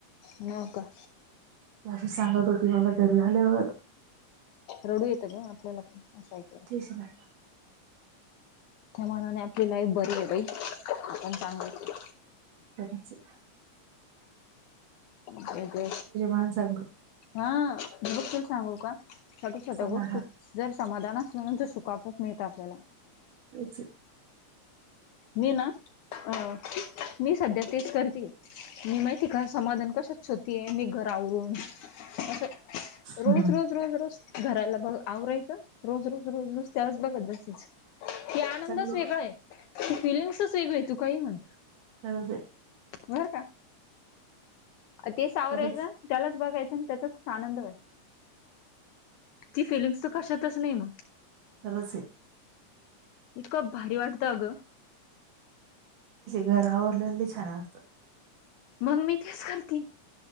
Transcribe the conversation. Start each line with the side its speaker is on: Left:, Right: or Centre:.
Left: मग काय?
Right: ही अस सांगत होती, मला घरी आल्यावर.
Left: रडू येतं ग आपल्याला असं ऐकल्यावर.
Right: तेच ना.
Left: त्या मानाने आपली लाईफ बरीये बई आपण <inaudible>
Right: खरंच ये.
Left: ते ते
Right: माणसाकडे
Left: हा मी बघशील सांगू का? छोट छोट्या
Right: समाधान
Left: गोष्टीत जर समाधान असलं ना तर सुख आपोआप मिळत आपल्याला.
Right: तेचे.
Left: मी न अ मी सध्या तेच करती, मी माईती का समाधान कशात शोध् ते मी घरावरून असं रोज
Right: हम्म
Left: रोज रोज रोज घरायला बघ आवरायचं. रोज रोज रोज रोज त्यालाच बघत बसायचं ते आनंदच
Right: चांगलं
Left: वेगळाय. फिलिंग्स्च वेगळीय तू काई म्हण.
Right: खरंचे.
Left: बर का ते सावरायचं
Right: खरंच
Left: त्यालाच बघायचं आणि त्याच्यातच आनंद व्हय, ती फिलिंग्स त कशातच नई मंग.
Right: खरंचे.
Left: इतकं भारी वाटतं अगं.
Right: घर आवरल्यान बी छान वाटतं.
Left: मंग मी तेच सांगती